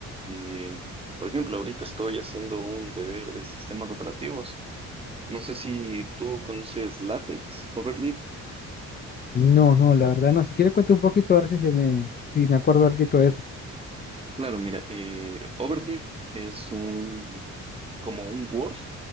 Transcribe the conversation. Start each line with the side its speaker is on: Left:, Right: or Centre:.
Right: Eh, por ejemplo, ahorita estoy haciendo un deber de sistemas operativos. No sé si tú conoces LaTeX, Overleaf.
Left: No, no, la verdad no. Si quieres cuente un poquito, a ver si se me, si me acuerdo algo de eso.
Right: Claro, mira, eh, Overleaf es un como un Word,